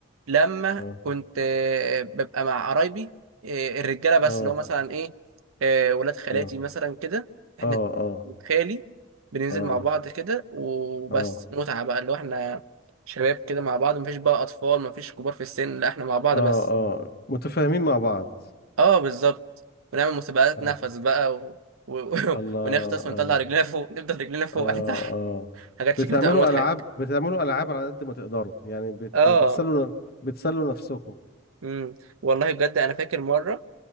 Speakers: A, on the right; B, on the left.
A: لما
B: اه
A: كنت آه، ببقى مع قرايبي آه، الرجاله بس
B: اه
A: اللي هو مثلا ايه آه، ولاد خالاتي
B: اه
A: مثلا كده احنا
B: اه اه
A: خالي بننزل
B: اه
A: مع بعض كده وبس
B: اه
A: متعه بقى اللي هو احنا شباب كده مع بعض مفيش بقى اطفال مفيش كبار في السن لا احنا مع بعض
B: اه
A: بس
B: اه متفاهمين مع بعض
A: اه بالظبط ونعمل مسابقات
B: اه
A: نفس بقى و... و... <laughs> و...
B: الله
A: ونغطس
B: اه
A: ونطلع رجلينا فوق نفضل رجلينا فوق
B: اه
A: وإحنا تحت
B: اه
A: حاجات
B: بتعملوا
A: شكلها تبقى مضحك
B: العاب بتعملوا العاب على قد ما تقدروا يعني بت...
A: اه
B: بتسلوا بتسلوا نفسكم
A: امم والله بجد انا فاكر مره